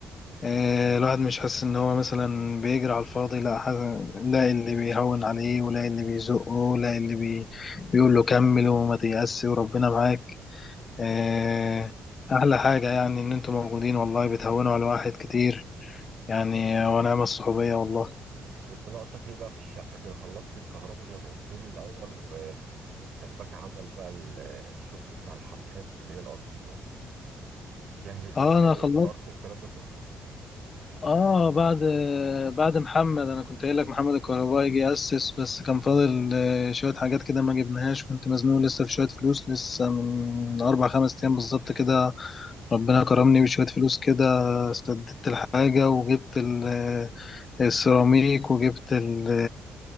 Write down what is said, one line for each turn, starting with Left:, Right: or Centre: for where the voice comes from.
Left: أه الواحد مش حاسس إن هو مثلا بيجري على الفاضي لا حاسس لا اللي بيهون عليه ولا اللي بيزقه لا اللي بي بيقول له كمل وما تيأس وربنا معاك
Right: بالظبط
Left: أه أحلى حاجة يعني إن أنتوا موجودين والله بتهونوا على الواحد كتير يعني ونعم الصحوبية والله
Right: انت ناقصك ايه بقى في الشقه كده خلصت الكهرباء زي ما قلت لي الاول و... والسباك عمل بقى ال- الشغل بتاع الحمام اللي هي الارضيات جهز
Left: اه
Right: ال-
Left: انا
Right: الصرف
Left: خلصت
Right: والكلام ده كله
Left: اه بعد بعد محمد انا كنت قايل لك محمد الكهربائي جه اسس بس كان فاضل آه، شويه حاجات كده ما جبناهاش كنت مزنوق لسه في شويه فلوس لسه من اربع خمس ايام بالظبط كده ربنا كرمني بشويه فلوس كده سددت الحاجه وجبت ال- آه، السيراميك وجبت ال-